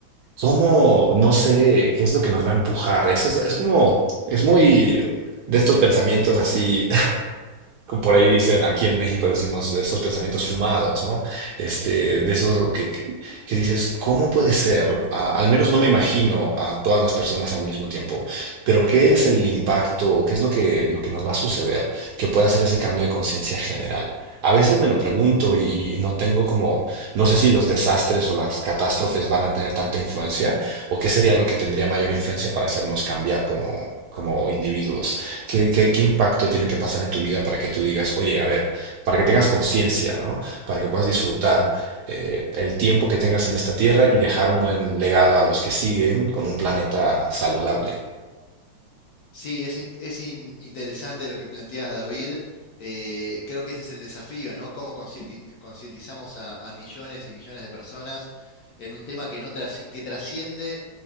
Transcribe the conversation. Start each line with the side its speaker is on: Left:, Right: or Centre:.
Right: ¿Cómo? No sé qué es lo que nos va a empujar. Eso es, es como, es muy de estos pensamientos así por ahí dicen, aquí en México decimos de estos pensamientos fumados, ¿no? Este, de esos que, que- que dices, ¿cómo puede ser? A- al menos no me imagino a todas las personas al mismo tiempo, pero ¿qué es el impacto? o ¿Qué es lo que, lo que nos va a suceder que pueda hacer ese cambio de conciencia general? A veces me lo pregunto y, y no tengo como, no sé si los desastres o las catástrofes van a tener tanta influencia o qué sería lo que tendría mayor influencia para hacernos cambiar como, como individuos. ¿Qué, qué, qué impacto tiene que pasar en tu vida para que tú digas, oye, a ver, para que tengas conciencia, ¿no? Para que puedas disfrutar eh, el tiempo que tengas en esta tierra y dejar un buen legado a los que siguen con un planeta saludable.
Left: Sí, es, in- es in- interesante lo que planteas, David. Eh, creo que ese es el desafío, ¿no? Cómo concienti- concientizamos a, a millones y millones de personas en un tema que, no trasci- que trasciende